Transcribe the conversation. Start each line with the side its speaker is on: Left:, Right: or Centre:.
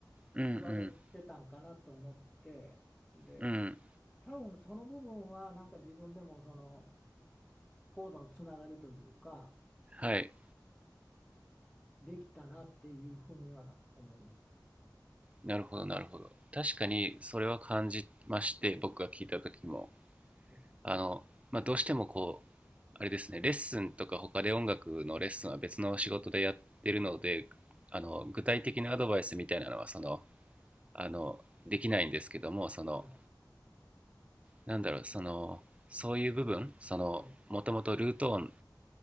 Right: うんうん
Centre: 言われてたんかなと思ってで
Right: うん
Centre: 多分その部分はなんか自分でもそのコードのつながりというか
Right: はい
Centre: できたなっていうふうにはな思います。
Right: なるほど、なるほど。確かにそれは感じまして、僕が聞いた時も、
Centre: お
Right: あの、まあ、どうしてもこう、あれですね、レッスンとか他で音楽のレッスンは別の仕事でやってるので、あの、具体的なアドバイスみたいなのは、その、あの、できないんですけども、その、
Centre: はい。
Right: なんだろう、その、そういう部分、その、
Centre: ええ、
Right: もともとルート音